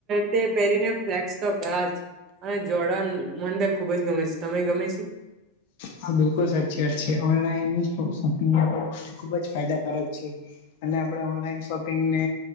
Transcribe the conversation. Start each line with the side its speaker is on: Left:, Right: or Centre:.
Right: તે પહેરીને ફ્લેક્સ તો કરાજ. અને જોડાણ મને ત ખુબ જ ગમે છે તમે ગમે છે.
Left: હા બિલકુલ સાચી વાત છે ઓનલાઈનોપિંગ ખુબ જ ફાયદાકારક છે અને આપણે ઓનલાઈન શોપિંગને